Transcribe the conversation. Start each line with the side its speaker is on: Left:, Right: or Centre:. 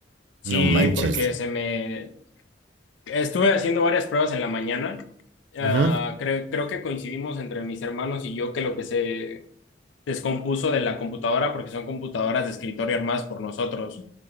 Left: Sí,
Right: no manches.
Left: porque se me... Estuve haciendo varias pruebas en la mañana. Ah,
Right: Ujú.
Left: creo, creo que coincidimos entre mis hermanos y yo que lo que se descompuso de la computadora, porque son computadoras de escritorio armadas por nosotros.